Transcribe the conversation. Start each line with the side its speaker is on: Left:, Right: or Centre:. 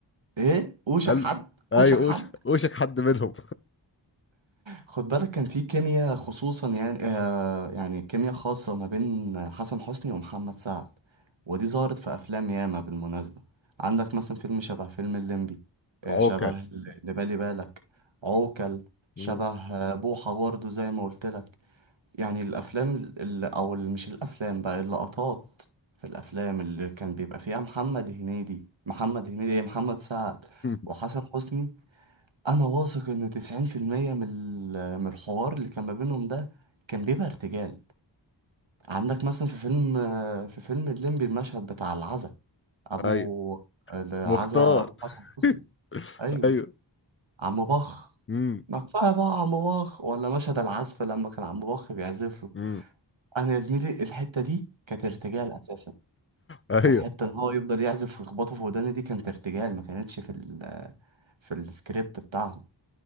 Right: ايه وشك
Left: قال
Right: حد
Left: ايوه
Right: وشك حد
Left: اوشك اوشك حد منهم
Right: خد بالك كان في كيمياء خصوصا يعني آه يعني كيمياء خاصة ما بين حسن حسني ومحمد سعد ودي ظهرت في افلام ياما بالمناسبة عندك مثلا فيلم شبه فيلم الليمبي آه
Left: <laughs> عوكل
Right: شبه ل- اللي بالي بالك عوكل شبه
Left: مم.
Right: آه، بوحة برضه زي ما قلت لك يعني الافلام اللي او ال- مش الافلام بقى اللقطات في الافلام اللي كان بيبقى فيها محمد هنيدي محمد هنيدي ايه محمد سعد
Left: <laughs>
Right: وحسن حسني انا واثق ان 90% من ال- من الحوار اللي كان ما بينهم ده كان بيبقى ارتجال عندك مثلا في فيلم في فيلم الليمبي المشهد بتاع العزا ابو
Left: ايوه
Right: العزا
Left: مختار
Right: ابو حسن حسني
Left: <laughs>
Right: ايوه
Left: ايوه
Right: عم بخ
Left: امم
Right: ما كفايه بقى عم بخ ولا مشهد العزف لما كان عم بخ بيعزف
Left: امم
Right: انا يا زميلي الحته دي كانت ارتجال اساسا
Left: ايوه
Right: الحته ان هو يفضل يعزف ويخبطه في وداني دي كانت ارتجال ما كانتش في ال في السكريبت بتاعهم